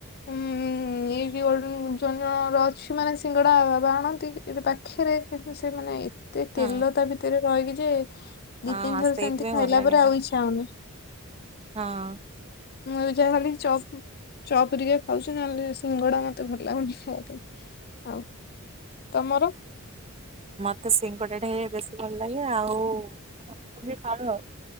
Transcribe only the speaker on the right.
ହଁ
ହଁ
ହଁ
ସେଇଥିପାଇଁ
ଭଲ ଲାଗେ
ନା
ହଁ।
ମୋତେ ସିଙ୍କ ପୋଟାଟ୍ ହିଁ ବେଶୀ ଭଲ ଲାଗେ, ଆଉ ସବୁ ଏ ଖାଉ ଆଉ।